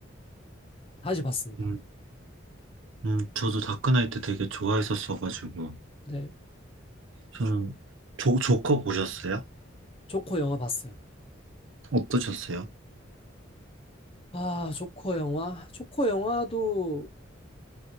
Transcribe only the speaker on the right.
음, 음, 저도 다크나이트 되게 좋아했었어가지고.
저는, 조, 조커 보셨어요?
어떠셨어요?